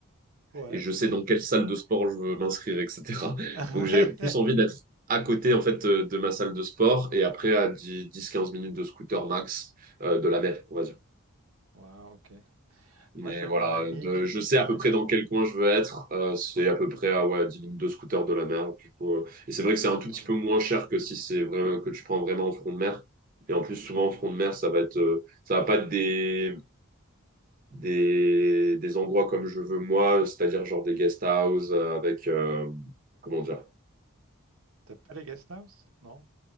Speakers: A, on the right (about 85°); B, on the right (about 40°).
A: Ouais.
B: et je sais dans quelle salle de sport je veux m'inscrire, etc. <laughs>
A: <laughs> Ouais.
B: Donc j'ai plus envie d'être à côté, en fait, euh, de ma salle de sport et après à 10 quinze minutes de scooter max, euh, de la mer, on va
A: Wow, ok.
B: Mais
A: Moi, j'avais
B: voilà,
A: une amie
B: de,
A: qui.
B: je sais
A: Ouais.
B: à peu près dans quel coin je veux être. Euh, c'est à peu près à ouais, 10 minutes de scooter de la mer. Du coup, euh, et c'est vrai que c'est un tout
A: voilà.
B: petit peu moins cher que si c'est vrai, que tu prends vraiment en front de mer. Et en plus, souvent
A: Mhm.
B: en front de mer, ça va être, euh, ça va pas être des, des, des endroits comme je veux moi, c'est-à-dire genre des guest houses avec, euh, comment dire,
A: T'as pas les guest house? Non?